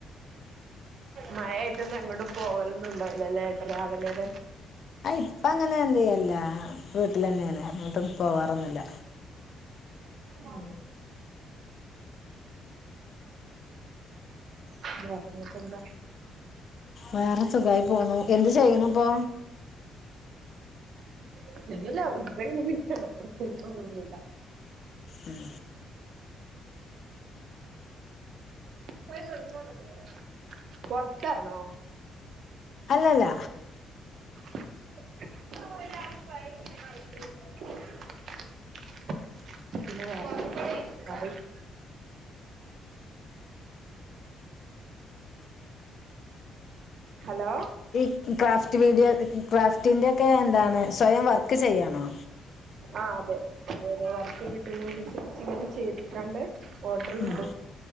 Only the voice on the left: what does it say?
ആ ഇപ്പ അങ്ങനെ എന്ത് ചെയ്യല്ല വീട്ടിൽ തന്നെയാണ് എങ്ങോട്ടൊന്നും പോവാറൊന്നുല്ല
വേറെ സുഖായി പോണു എന്ത് ചെയ്യണ് ഇപ്പൊ
ഉം
അല്ലല്ല
ഈ ക്രാഫ്റ്റ് വീഡിയോ ക്രാഫ്റ്റിന്റെറെയൊക്കെ എന്താണ് സ്വയം വർക്ക് ചെയ്യാണോ
ഉം